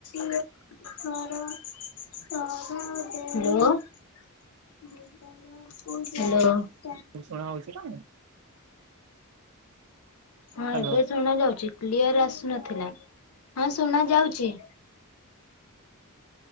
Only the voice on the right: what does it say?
ଷୁଣା ଯାଉଛି?
ହ୍ୟାଲୋ